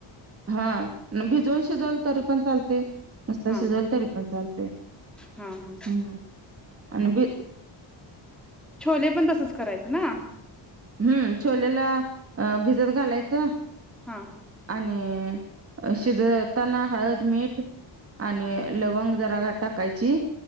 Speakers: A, on the right; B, in the centre.
A: हाअ भिजवून शिजवल तरी पणं चालतंय नुस्तां
B: हा
A: शिजवला तरी पणं चालतंय
B: हा हा
A: म्हम् आणि भिज
B: छोले पणं तसंच करायचं नां?
A: हम्मं छोलेला अ भिजत घालायचं
B: हा
A: आणि शिजवतांनां हळंद मीठ आणि लवंग जरा टांकांयची